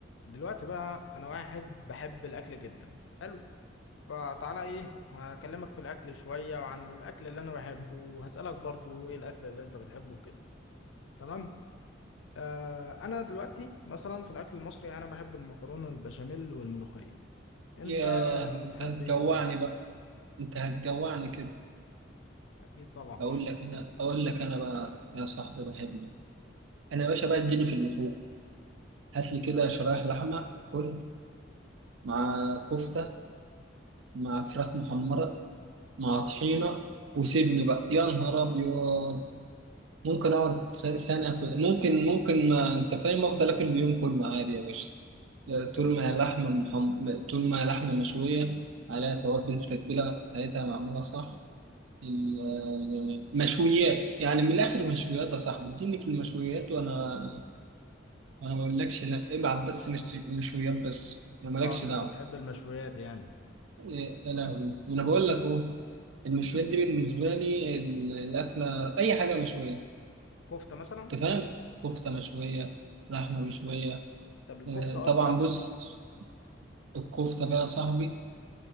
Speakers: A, on the left (about 80°); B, on the right (about 80°).
A: دلوقتي بقى انا واحد بحب الاكل جدا حلو فتعالى ايه هكلمك في الاكل شوية وعن الاكل اللي انا بحبه وهسألك برضو ايه الاكل اللي انت بتحبه كده تمام آه انا دلوقتي مثلا في الاكل المصري انا بحب المكرونة البشاميل والملوخية انت
B: ياه انت
A: بتحب
B: هتجوعني
A: ايه بقى
B: بقى انت هتجوعني كده
A: اكيد طبعا
B: اقول لك انا اقول لك انا بقى يا صاحبي بحبك انا يا باشا بقى اديني في اللحوم هات لي كده شرايح لحمه كل مع كفته مع فراخ محمره مع طحينه وسيبني بقى يا نهار ابيض ممكن اقعد س- سنه كده ممكن ممكن ما انت فاهم افضل اكل اليوم كله عادي يا باشا طول
A: اه,
B: ما هي لحمه محم... طول ما هي لحمه مشويه عليها توابل تتبيله بتاعتها معموله صح المشويات يعني من الاخر مشويات يا صاحبي اديني في المشويات وانا وانا ما اقولكش لا ابعت بس مش- مشويات بس انا مالكش
A: آه انت
B: دعوه
A: بتحب المشويات يعني
B: إيه، يا لهوي ما انا بقول لك اهو المشويات دي بالنسبه لي ال- الاكله اي حاجه مشويه
A: كفتة مثلا
B: انت فاهم كفته مشويه لحمه مشويه
A: طب الكفتة
B: إيه، طبعا
A: اكتر
B: بص الكفته بقى يا صاحبي